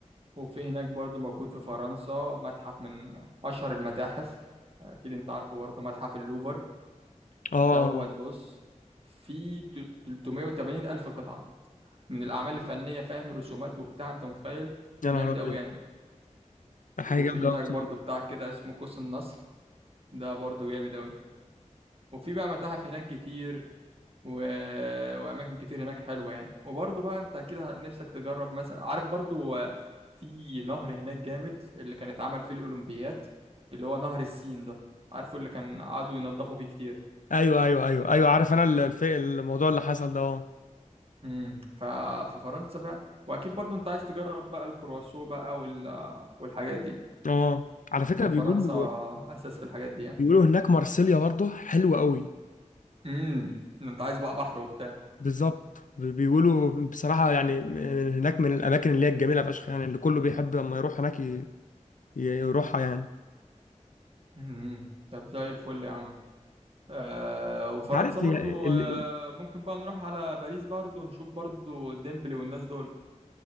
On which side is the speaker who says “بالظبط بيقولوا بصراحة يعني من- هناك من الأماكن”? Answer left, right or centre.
Left